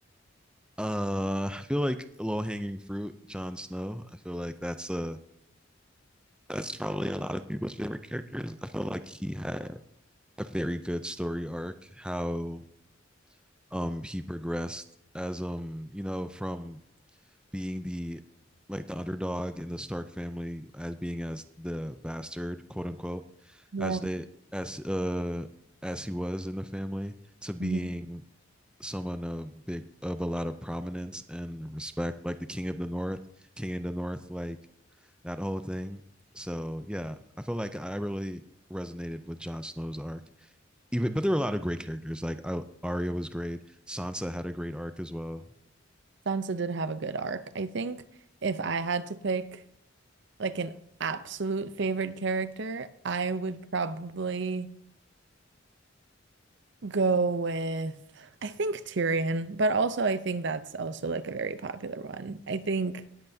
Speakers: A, in the centre; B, on the right (about 65°).
A: Uh, I feel like low hanging fruit, Jon Snow. I feel like that's a that's probably a lot of people's favorite characters. I feel like he had a very good story arc, how um he progressed as um, you know, from being the like the underdog in the Stark family as being as the bastard, quote unquote,
B: Yeah.
A: as they as uh as he was in the family to being
B: Mhm.
A: someone of big of a lot of prominence and respect, like the King of the North, King of the North, like that whole thing. So yeah, I feel like I really resonated with Jon Snow's arc. Even but there were a lot of great characters. Like I, Arya was great. Sansa had a great arc as well.
B: Sansa did have a good arc. I think if I had to pick like an absolute favorite character, I would probably go with I think Tyrion, but also I think that's also like a very popular one. I think